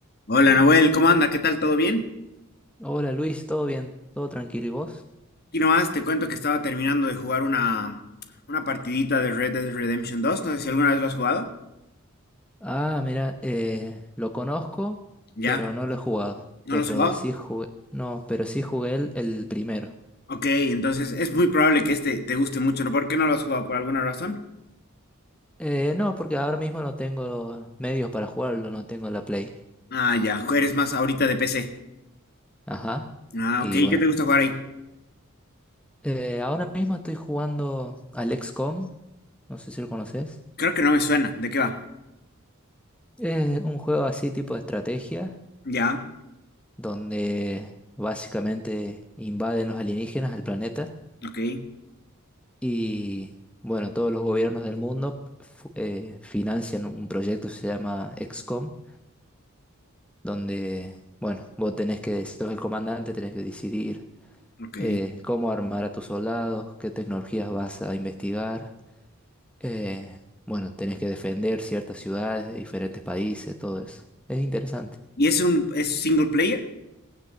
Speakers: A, on the left; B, in the centre.
A: Hola Nahuel, ¿cómo anda? ¿Qué tal? ¿Todo bien?
B: Hola Luis, ¿todo bien? ¿Todo tranquilo y vos?
A: Aquí nomás te cuento que estaba terminando de jugar una, una partidita de Red Dead Redemption 2. No sé si alguna vez lo has jugado.
B: Ah, mira, eh, lo conozco,
A: ¿Ya?
B: pero no lo he jugado.
A: ¿No
B: Pero
A: lo has jugado?
B: sí jugué, no, pero sí jugué el, el primero.
A: Ok, entonces es muy probable que este te guste mucho, ¿no? ¿Por qué no lo has jugado? ¿Por alguna razón?
B: Eh, no, porque ahora mismo no tengo medios para jugarlo, no tengo la Play.
A: Ah, ya, eres más ahorita de PC.
B: Ajá.
A: Ah,
B: Y
A: ok,
B: bueno,
A: ¿qué te gusta jugar ahí?
B: eh, ahora mismo estoy jugando al XCOM, no sé si lo conoces.
A: Creo que no me suena. ¿De qué va?
B: Es un juego así tipo de estrategia,
A: Ya,
B: donde básicamente invaden los alienígenas al planeta.
A: ok,
B: Y bueno, todos los gobiernos del mundo fu- eh, financian un proyecto que se llama XCOM, donde, bueno, vos tenés que, sos el comandante, tenés que decidir
A: ok.
B: eh, cómo armar a tus soldados, qué tecnologías vas a investigar. eh, bueno, tenés que defender ciertas ciudades de diferentes países, todo eso. Es interesante.
A: ¿Y es un es single player?